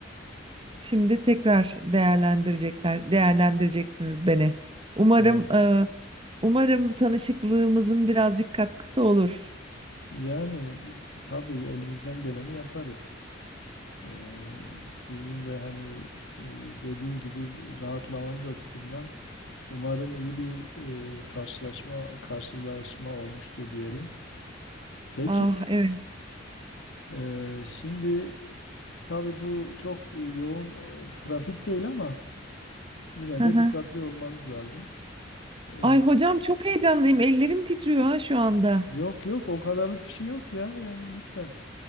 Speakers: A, on the right; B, on the left.
A: Şimdi tekrar değerlendirecekler, değerlendireceksiniz beni. Umarım,
B: Evet.
A: e, umarım tanışıklığımızın birazcık katkısı olur.
B: Yani tabii elimizden geleni yaparız. Ee, sizin de hani e, dediğim gibi rahatlamanız açısından umarım iyi bir e, karşılaşma karşılaşma olmuştur diyelim. Peki
A: Ah evet.
B: e, şimdi tabii bu çok yoğun e, trafik değil ama yine
A: Hı
B: de
A: hı.
B: dikkatli olmanız lazım. Ee,
A: Ay hocam çok heyecanlıyım. Ellerim titriyor ha şu anda.
B: Yok yok o kadarlık bir şey yok ya yani lütfen.